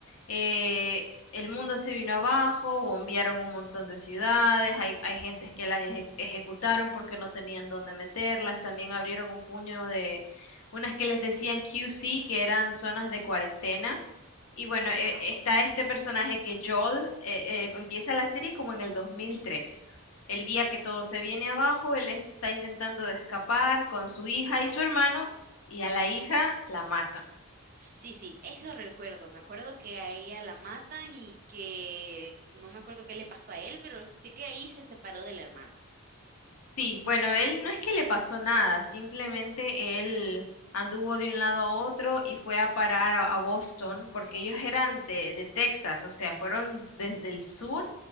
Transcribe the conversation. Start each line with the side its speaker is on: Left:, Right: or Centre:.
Left: eh, el mundo se vino abajo, bombearon un montón de ciudades, hay, hay gentes que las eje- ejecutaron porque no tenían dónde meterlas, también abrieron un puño de unas que les decían QC, que eran zonas de cuarentena. Y bueno,
Right: Ajá.
Left: e- está este personaje que Joel eh, eh, empieza la serie como en el 2003. El día que todo se viene abajo, él está intentando de escapar con su hija y su hermano, y a la hija la matan.
Right: Sí, sí, eso recuerdo. Me acuerdo que a ella la matan y que no me acuerdo qué le pasó a él, pero sé que ahí se separó del hermano.
Left: Sí, bueno, él no es que le pasó nada, simplemente él anduvo de un lado a otro y fue a parar a, a Boston, porque ellos eran de, de Texas, o sea, fueron desde el sur